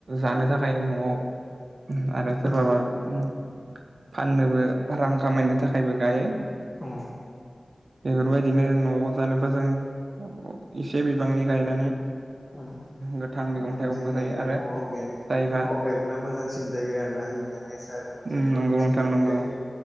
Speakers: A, on the right; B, on the left.
A: जानो थाखाय न'आव आरो सोरबाबा
B: औ
A: उम फाननोबो रां खामायनो थाखायबो गायो।
B: औ।
A: बेफोरबायदिनो न'आव जानोबा जों अ इसे बिबांनि गायनानै
B: ओं।
A: गोथां मैगं थाइगंबो
B: जोंनिया
A: जायो
B: दा
A: आरो
B: न'आव गायनो
A: जायबा
B: न'आव गायबोला मोजांसिन जायो आरो ना? जोंनिया नेसार
A: उम
B: जेनेबा
A: नंगौ
B: मिथिंगायारि
A: नोंथां नंगौ
B: जायो।